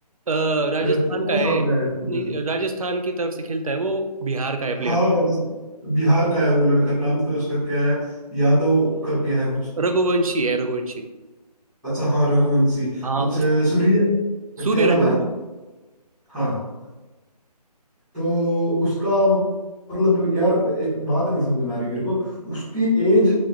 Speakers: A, on the right; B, in the centre.
A: अ, राजस्थान
B: वो चौदह
A: का है
B: साल
A: नहीं
B: का है मेरे साथ
A: राजस्थान की तरफ से खेलता है वो बिहार का है प्लेयर
B: हाँ राजस्थान बिहार का है वो लड़का नाम तो उसका क्या है यादव करके है कुछ
A: रघुवंशी है रघुवंशी
B: अच्छा हाँ रघुवंशी
A: हाँ
B: कुछ
A: उस
B: अ, सूर्य
A: सूर्य
B: क्या नाम
A: रघुवंशी
B: है हाँ तो उसका मतलब यार एक बात नहीं समझ में आ रही मेरे को उसकी एज